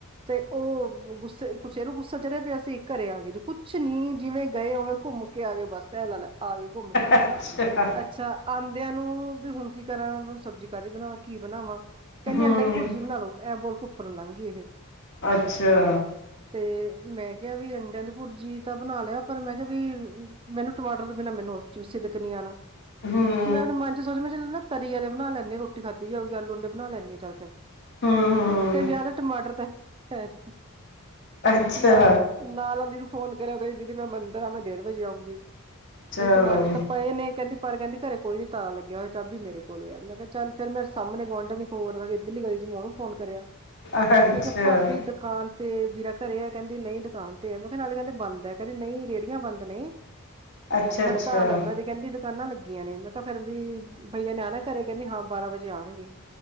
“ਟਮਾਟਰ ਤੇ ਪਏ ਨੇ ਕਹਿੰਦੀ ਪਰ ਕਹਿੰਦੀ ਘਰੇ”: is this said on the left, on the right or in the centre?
Right